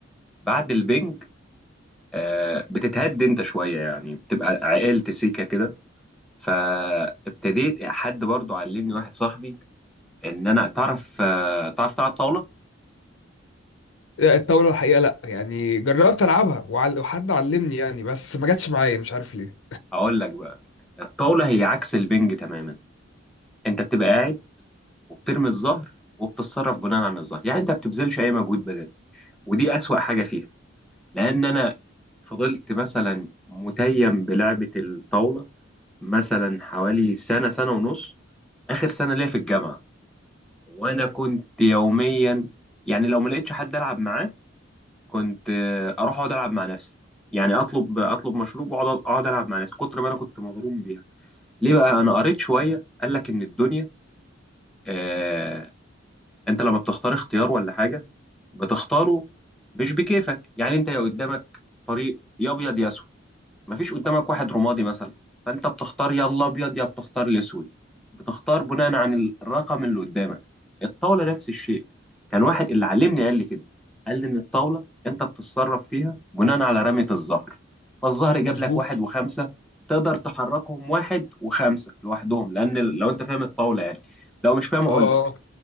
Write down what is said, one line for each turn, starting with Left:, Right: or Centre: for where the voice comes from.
Centre: بعد البنج آه، بتتهد انت شويه يعني بتبقى عقلت سيكه كده فابتديت حد برضو علمني واحد صاحبي ان انا تعرف آه، تعرف تلعب طاوله
Left: لا، الطاوله الحقيقه لا يعني جربت العبها وعل- وحد علمني يعني بس ما جاتش معايا مش عارف ليه
Centre: اقول لك بقى الطاوله هي عكس البنج تماما انت بتبقى قاعد وبترمي الظهر وبتتصرف بناء عن الظهر يعني انت ما بتبذلش اي مجهود بدني ودي اسوأ حاجه فيها لان انا فضلت مثلا متيم بلعبه الطاوله مثلا حوالي سنه سنه ونص اخر سنه ليا في الجامعه وانا كنت يوميا يعني لو ما لقيتش حد العب معاه كنت آه، اروح اقعد العب مع نفسي يعني اطلب اطلب مشروب واقعد اقعد العب مع نفسي كتر ما انا كنت مغروم بيها ليه بقى انا قريت شويه قال لك ان الدنيا آه انت لما بتختار اختيار ولا حاجه بتختاره مش بكيفك يعني انت يا قدامك طريق يا ابيض يا اسود مفيش قدامك واحد رمادي مثلا فانت بتختار يا الابيض يا بتختار الاسود بتختار بناء عن الرقم اللي قدامك الطاوله نفس الشيء كان واحد اللي علمني قال لي كده قال لي ان الطاوله انت بتتصرف فيها بناء على رميه الزهر فالزهر جاب
Left: مظبوط
Centre: لك واحد وخمسه تقدر تحركهم واحد وخمسه لوحدهم لان لو انت فاهم الطاوله يعني لو مش فاهم اقول
Left: اه
Centre: لك
Left: اه